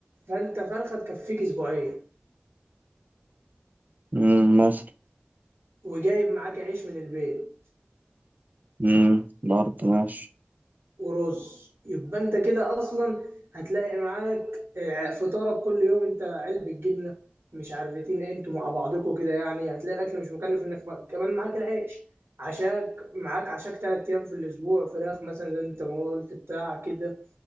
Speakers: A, on the right; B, on the right.
A: فانت فرخة تكفيك اسبوعين
B: امم مثلا
A: وجايب معاك عيش من البيت
B: امم برضه ماشي
A: ورز يبقى انت كده اصلا هتلاقي معاك آه، فطارك كل يوم انت علبة جبنة مش عارفتين ايه انتوا مع بعضكم كده يعني هتلاقي الاكل مش مكلف انك م- كمان معاك العيش عشاك معاك عشاك تلات ايام في الاسبوع فراخ مثلا زي انت ما قلت بتاع كده